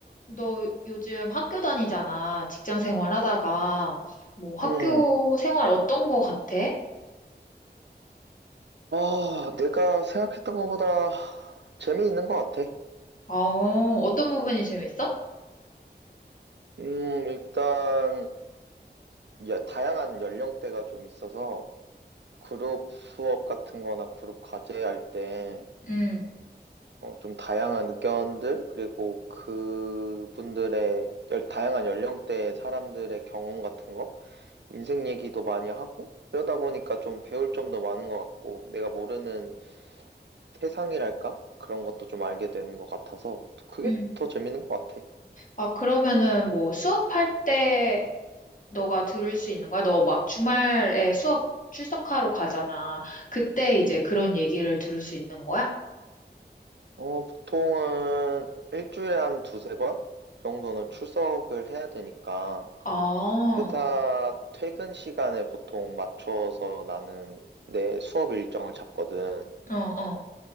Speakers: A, on the left; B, on the right.
A: 너 요즘 학교 다니잖아. 직장 생활 하다가, 뭐 학교
B: 음,
A: 생활 어떤 거 같아?
B: 아, 내가 생각했던 것보다 재미있는 것 같아.
A: 아, 어, 어떤 부분이 재밌어?
B: 음, 일단, 야, 다양한 연령대가 좀 있어서, 그룹 수업 같은 거나 그룹 과제 할 때,
A: 응,
B: 어, 좀 다양한 의견들, 그리고 그분들의, 열, 다양한 연령대의 사람들의 경험 같은 거, 인생 얘기도 많이 하고, 그러다 보니까 좀 배울 점도 많은 것 같고, 내가 모르는 세상이랄까? 그런 것도 좀 알게 되는 것 같아서, 그게
A: 응.
B: 더 재밌는 것 같아.
A: 아, 그러면은 뭐 수업할 때 너가 들을 수 있는 거야? 너 막 주말에 수업 출석하러 가잖아. 그때 이제
B: 음.
A: 그런 얘기를 들을 수 있는 거야?
B: 어, 보통은 일주일에 한 두세 번 정도는 출석을 해야 되니까
A: 아,
B: 회사
A: 어,
B: 퇴근 시간에 보통 맞춰서 나는 내 수업 일정을 잡거든.
A: 어, 어,